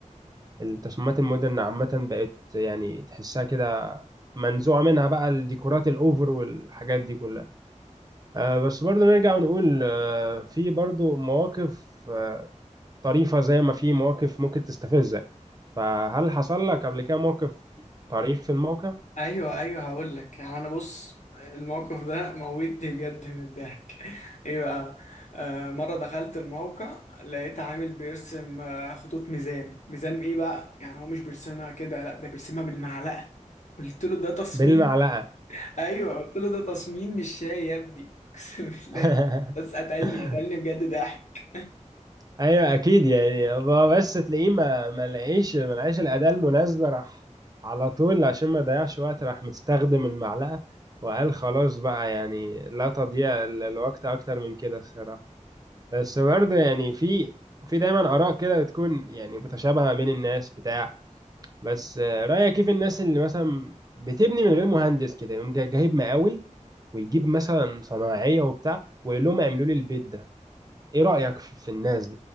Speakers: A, on the right; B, on the left.
A: التصميمات المودرن عامة بقت يعني تحسها كده منزوعة منها بقى الديكورات الأوفر والحاجات دي كلها آه، بس برضو نرجع ونقول آه، في برضو مواقف آه، طريفة زي ما في مواقف ممكن تستفزك فهل حصل لك قبل كده موقف طريف في الموقع
B: ايوه ايوه هقول لك يعني انا بص الموقف ده موتني بجد من الضحك <laughs> ايه بقى آه مره دخلت الموقع لقيت عامل بيرسم آه، خطوط ميزان ميزان ايه بقى يعني هو مش بيرسمها كده لا ده بيرسمها بالمعلقه قلت له ده تصميم
A: بالمعلقة
B: ايوه قلت له ده تصميم مش شاي يا ابني <laughs> اقسم بالله
A: <laughs>
B: بس قتلني قتلني بجد ضحك
A: ايوه اكيد يعني هو بس تلاقيه ما ما لقيش ما لقاش الاداه المناسبه راح على طول عشان ما يضيعش وقت راح مستخدم المعلقه وقال خلاص بقى يعني لا تضيع ال- الوقت اكتر من كده الصراحه بس برضه يعني في في دايما اراء كده بتكون يعني متشابهه ما بين الناس بتاع بس آه، رايك كيف الناس اللي مثلا بتبني من غير مهندس كده يقوم جا- جايب مقاول ويجيب مثلا صناعيه وبتاع ويقول لهم اعملوا لي البيت ده ايه رايك في في الناس